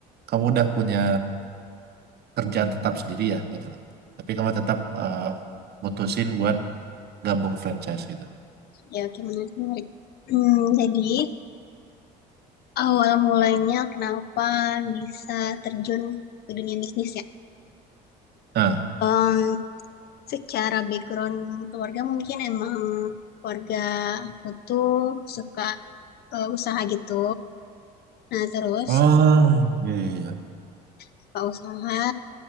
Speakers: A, on the right (about 50°); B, on the left (about 50°).
A: kamu udah punya kerjaan tetap sendiri ya gitu lah. Tapi kamu tetap eh, mutusin buat gabung franchise gitu.
B: Ya oke, menarik, menarik. Hmm, jadi awal mulanya kenapa bisa terjun ke dunia bisnis ya?
A: Nah,
B: Em, secara background keluarga mungkin emang keluarga aku tuh suka eh, usaha gitu. Nah terus
A: oh, iya iya iya.
B: suka usaha